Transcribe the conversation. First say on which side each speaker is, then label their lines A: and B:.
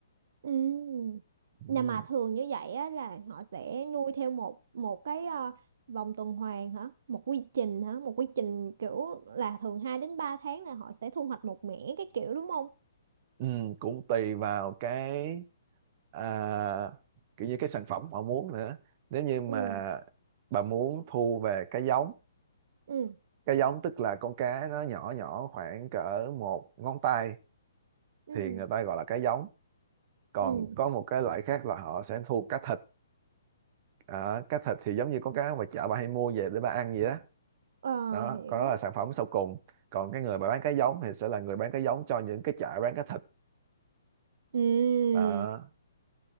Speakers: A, on the right (about 50°); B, on the right (about 25°).
A: Ừ. Nè
B: Ừ.
A: mà thường như vậy á, là họ sẽ nuôi theo một một cái ờ, vòng tuần hoàn hả? Một quy trình hả? Một quy trình kiểu là thường 2 đến 3 tháng là họ sẽ thu hoạch một mẻ cái kiểu đúng không?
B: Ừ, cũng tùy vào cái à, kiểu như cái sản phẩm họ muốn nữa nếu như mà
A: Ừ,
B: bà muốn thu về cái giống
A: ừ,
B: cái giống tức là con cá nó nhỏ nhỏ khoảng cỡ một ngón tay
A: ừ,
B: thì người ta gọi là cá giống còn
A: ừ.
B: có một cái loại khác là họ sẽ thu cá thịt à, cá thịt thì giống như con cá mà chợ bà hay mua về để bà ăn vậy đó
A: Ờ,
B: đó
A: hiểu.
B: còn đó là sản phẩm sau cùng còn cái người mà bán cái giống thì sẽ là người bán cái giống cho những cái chợ bán cái thịt
A: Ừ,
B: đó